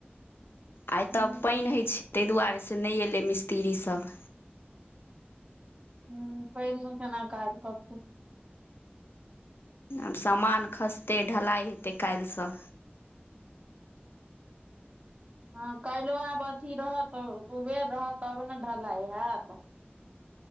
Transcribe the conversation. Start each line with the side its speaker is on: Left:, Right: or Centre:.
Left: आइ
Right: हूं
Left: तऽ पाईन होइ छैय तय दुआरे से नय एलै मिस्त्री सभ।
Right: हूं पैनमे केना काज करतै।
Left: आब सामान खसतै ढलाइ हेतै काल्हिसँ।
Right: हँ काल्हि आब अथी रहत उबेर रहत तब ने ढलाइ हैत।